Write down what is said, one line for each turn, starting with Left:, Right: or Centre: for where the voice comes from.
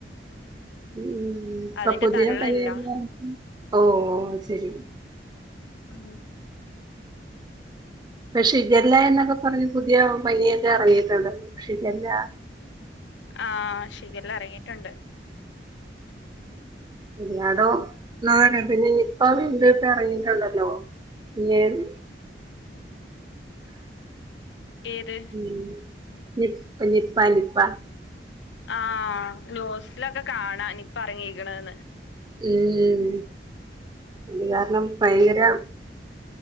Right: ഉം
Left: അതിന്റെ
Right: പ്പ പുതിയ
Left: തള്ളല്ല
Right: പനിയല്ല ഓഹ് അത് ശരി
Left: ഉം
Right: പക്ഷെ ശിഗല്ലേന്നൊക്കെ പർഞ്ഞ് പുത്യാ പൻയൊക്കെ എറങ്ങീട്ടൊണ്ട് ശിഗല്ല
Left: ആഹ് ശിഖല്ല എറങ്ങീട്ടുണ്ട്
Right: എല്ലാടോം <unintelligible> ന്നാ പിന്നെ നിപ്പ വീണ്ടുപ്പ എറങ്ങീട്ടുണ്ടല്ലൊ പിന്നേ <inaudible>
Left: ഏത്
Right: ഉം നിപ്പ നിപ്പ നിപ്പ
Left: ആഹ് ന്യൂസി ലൊക്കെ കാണാംനിപ്പ എറങ്ങീക്ക്ണ്ന്ന്
Right: ഉം ഇത് കാരണം ഭയങ്കര-